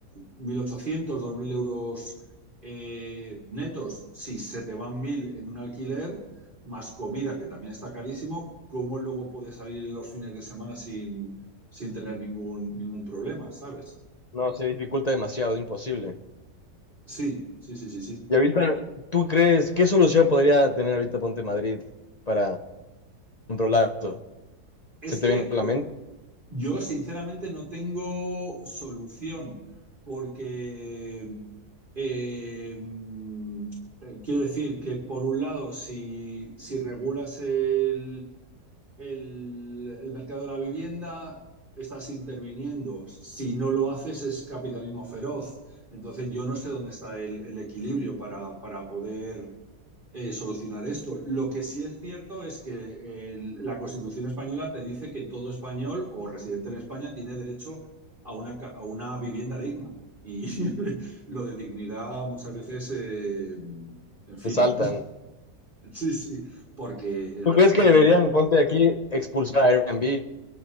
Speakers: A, on the right; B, on the left.
A: mil ochocientos dos mil euros eh, netos. Si se te van 1.000 en un alquiler, más comida, que también está carísimo, ¿cómo luego puedes salir los fines de semana sin, sin tener ningún, ningún problema, ¿sabes?
B: No, se dificulta demasiado, es imposible.
A: Sí, sí, sí, sí, sí.
B: Y ahorita, ¿tú crees qué solución podría tener ahorita Ponte Madrid para controlar esto?
A: Es
B: ¿Se te
A: que,
B: viene a
A: pues,
B: la mente?
A: Yo sinceramente no tengo solución porque eh, mm, eh, quiero decir que por un lado, si, si regulas el, el- el mercado de la vivienda, estás interviniendo. Si no lo haces es capitalismo feroz. Entonces yo no sé dónde está el, el equilibrio para, para poder eh, solucionar esto. Lo que sí es cierto es que eh, la Constitución española te dice que todo español o residente en España tiene derecho a una, a una vivienda digna. Y <laughs> lo de dignidad muchas veces, eh, en fin,
B: saltan.
A: <laughs> sí, sí, porque es
B: ¿Tú
A: verdad
B: crees que
A: que
B: deberían,
A: hay,
B: ponte aquí, expulsar a Airbnb